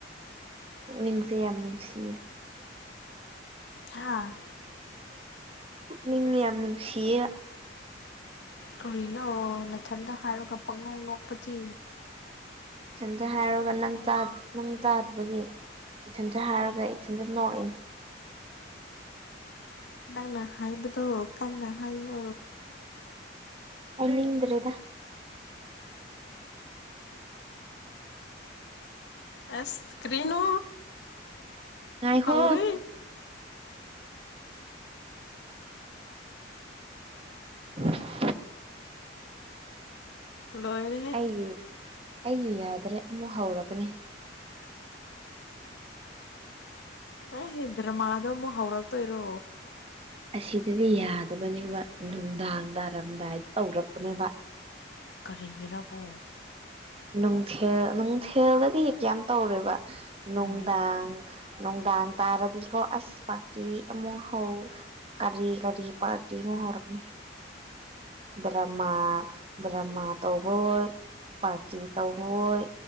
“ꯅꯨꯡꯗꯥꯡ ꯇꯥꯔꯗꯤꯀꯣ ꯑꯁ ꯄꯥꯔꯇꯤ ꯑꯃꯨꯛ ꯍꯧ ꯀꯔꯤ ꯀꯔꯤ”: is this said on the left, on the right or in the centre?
Right